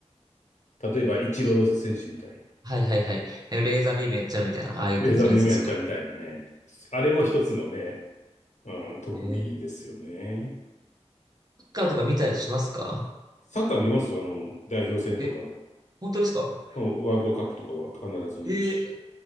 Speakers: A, on the left; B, on the right.
A: 例えば、イチロー選手みたいに。
B: 確かに。はいはいはい。なんかレーザービームやっちゃうみたいな、ああいう感じのやつですか。
A: レーザービームやっちゃうみたいなね。あれも一つのね、うん、特技ですよね。
B: えー、サッカーとか見たりしますか
A: サッカー見ますよ。あの、代表戦とかは。
B: え、本当ですか
A: うんワールドカップとかは必ず見るし。
B: えー、